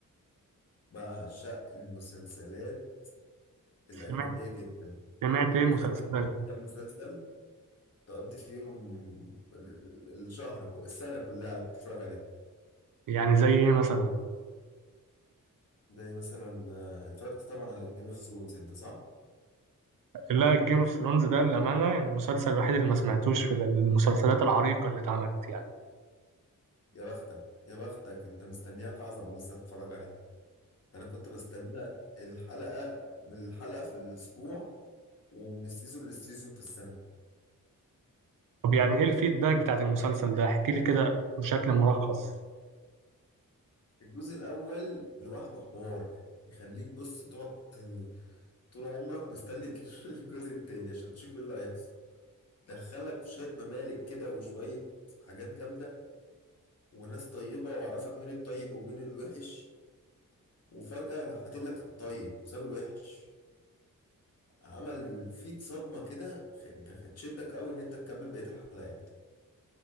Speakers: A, on the left (about 50°); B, on the right (about 75°).
A: بعشق المسلسلات الاجنبية
B: سمعت
A: جدا
B: سمعت إيه
A: ممكن
B: مسلسلات
A: اقترح عليك كام مسلسل تقضي فيهم ال- الشهر كو- السنة كلها قاعد بتتفرج عليهم
B: يعني زي إيه مثلا؟
A: زي مثلا آه، اتفرجت طبعا على جيم اوف ثرونز انت صح
B: لا جيم اوف ثرونز ده للأمانة يعني المسلسل الوحيد اللي ما سمعتوش في المسلسلات العريقة اللي اتعملت يعني
A: يا بختك يا بختك انت مستنياك عظمة لسه هتتفرج عليها ده انا كنت بستنى الحلقة من الحلقة في الاسبوع ومن السيزون للسيزون في السنة
B: طب يعني إيه الفيدباك بتاعت المسلسل ده؟ احكي لي كده بشكل ملخص
A: الجزء الاول لوحده حوار يخليك بص تقعد ت- طول عمرك مستني <laughs> الجزء التاني عشان تشوف ايه اللي هيحصل دخلك في شوية ممالك كده وشوية حاجات جامدة وناس طيبة وعرفك مين الطيب ومين الوحش وفجأة راح قاتل لك الطيب وساب الوحش عمل فيك صدمة كده خ- ده تشدك قوي ان انت تكمل بقية الحلقات